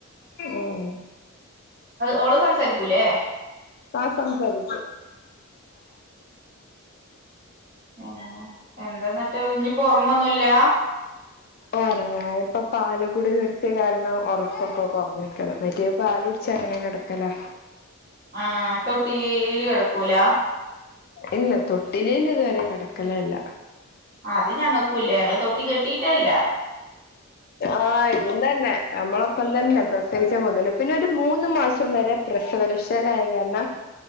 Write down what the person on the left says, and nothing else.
ഉം
ആ സംസാരിക്കും.
ഒറങ്ങാനിപ്പ പാല് കൂടി നിർത്തിയ കാരണം ഒറക്കൊക്കെ കൊറഞ്ഞിക്കണ് മറ്റേത് പാല് കുടിച്ച് അങ്ങനെ കിടക്കലാ.
ഇല്ല തൊട്ടിലില് ഇതുവരെ കെടക്കലേല്ല.
ആ ഇതും തന്നെ നമ്മളൊപ്പം തന്നെ പ്രേസോയിച്ച മുതല് പിന്നെ ഒരു മൂന്ന് മാസം വരെ പ്രേസവരേക്ഷേലായ കാരണം